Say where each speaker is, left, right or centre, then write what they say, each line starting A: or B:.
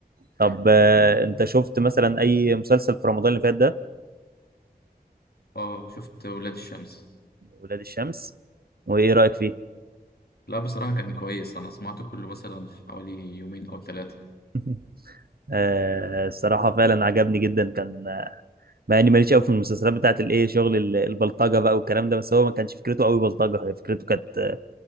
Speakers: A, on the right; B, on the left.
A: طب آه، انت شفت مثلا اي مسلسل في رمضان اللي فات ده
B: اه شفت ولاد الشمس
A: ولاد الشمس وايه رأيك فيه
B: لا بصراحة كان كويس أنا سمعته كله مثلا في حوالي يومين أو ثلاثة
A: <laughs> آه، الصراحة فعلا عجبني جدا كان مع اني ماليش قوي في المسلسلات بتاعت الايه شغل ال- البلطجة بقى والكلام ده بس هو ما كانش فكرته قوي بلطجة هي فكرته كانت آه،